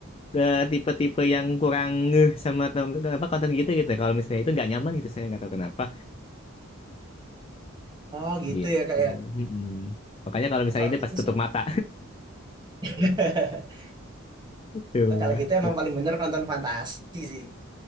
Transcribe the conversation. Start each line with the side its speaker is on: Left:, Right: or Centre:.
Left: eh, tipe-tipe yang kurang ngeh sama tem- apa konten gitu gitu. Kalau misalnya itu nggak nyaman gitu saya nggak tahu kenapa.
Right: Oh gitu
Left: gitu.
Right: ya kak ya.
Left: Mm-mm. Makanya kalau misalnya
Right: Kalau
Left: ini
Right: gitu
Left: pasti tutup
Right: sih-
Left: mata.
Right: <laughs>
Left: <laughs> Coba.
Right: kalau gitu emang paling bener nonton fantasi sih.